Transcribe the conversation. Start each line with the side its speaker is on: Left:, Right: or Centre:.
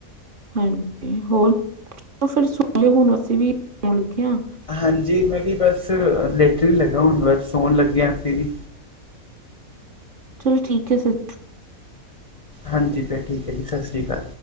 Right: ਹਾਂਜੀ, ਹੋਰ ਫਿਰ ਸੁਣ ਲਿਆ ਹੁਣ ਅਸੀਂ ਵੀ ਹੋਣਗੀਆਂ।
Left: ਹਾਂਜੀ, ਮੈਂ ਵੀ ਬਸ ਲੇਟਣ ਹੀ ਲੱਗਾ ਵਾ। ਹੁਣ ਬਸ ਸੋਣ ਲੱਗੇ ਆ ਅਸੀ ਵੀ।
Right: ਚਲੋ ਠੀਕ ਹੈ ਫਿਰ।
Left: ਹਾਂਜੀ, ਫੇਰ ਠੀਕ ਹੈ ਜੀ ਸਤਿ ਸ਼੍ਰੀ ਅਕਾਲ।